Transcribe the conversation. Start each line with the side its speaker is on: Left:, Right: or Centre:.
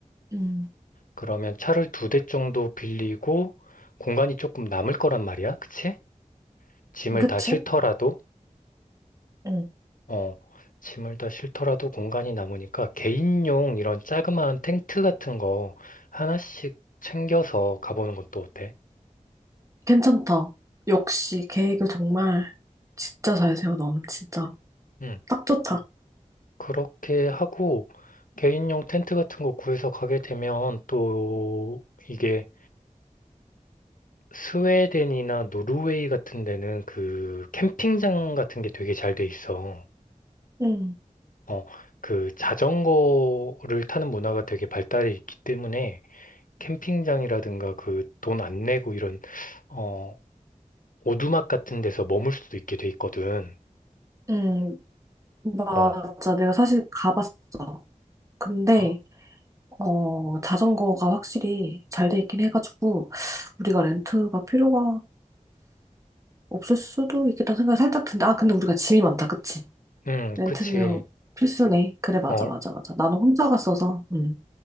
Right: 음.
Left: 그러면 차를 두 대 정도 빌리고 공간이 조금 남을 거란 말이야. 그치? 짐을
Right: 그치?
Left: 다 싣더라도,
Right: 응.
Left: 어, 짐을 다 싣더라도 공간이 남으니까 개인용 이런 자그마한 텐트 같은 거 하나씩 챙겨서 가보는 것도 어때?
Right: 괜찮다. 역시 계획을 정말 진짜 잘 세워 너는 진짜로.
Left: 응.
Right: 딱 좋다.
Left: 그렇게 하고 개인용 텐트 같은 거 구해서 가게 되면 또 이게 스웨덴이나 노르웨이 같은 데는 그 캠핑장 같은 게 되게 잘 돼 있어.
Right: 응.
Left: 어, 그 자전거를 타는 문화가 되게 발달해 있기 때문에 캠핑장이라든가 그 돈 안 내고 이런 어, 오두막 같은 데서 머물 수도 있게 돼 있거든.
Right: 응. 맞아.
Left: 어,
Right: 내가 사실 가봤어. 근데
Left: 아,
Right: 어, 자전거가 확실히 잘 돼 있긴 해가지고, 우리가 렌트가 필요가 없을 수도 있겠다 생각이 살짝 든다. 아, 근데 우리가 짐이 많다, 그치?
Left: 음,
Right: 렌트는
Left: 그치.
Right: 필수네. 그래, 맞아,
Left: 어,
Right: 맞아, 맞아. 나는 혼자 갔어서, 응,